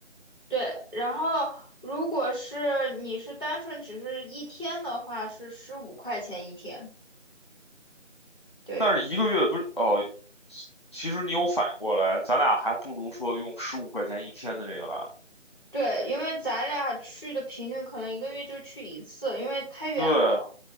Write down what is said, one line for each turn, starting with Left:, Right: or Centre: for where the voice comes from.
Right: 对，然后如果是你是单纯只是一天的话，是十五块钱一天。对。
Left: 但是一个月不是哦，其实你有反应过来，咱俩还不如说用十五块钱一天的这个来。
Right: 对，因为咱俩去的频率可能一个月就去一次，因为太远了。
Left: 对